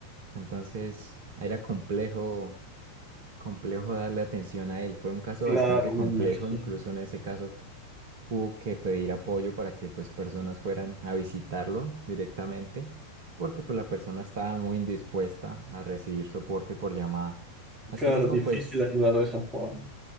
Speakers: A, on the right; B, on the right.
A: Entonces era complejo Complejo darle atención a él. Fue un caso
B: Claro,
A: bastante complejo,
B: me imagino.
A: incluso en ese caso hubo que pedir apoyo para que pues personas fueran a visitarlo directamente, porque pues la persona estaba muy indispuesta a recibir soporte por llamada. Asimismo,
B: Claro, difícil
A: pues
B: ayudar de esa forma.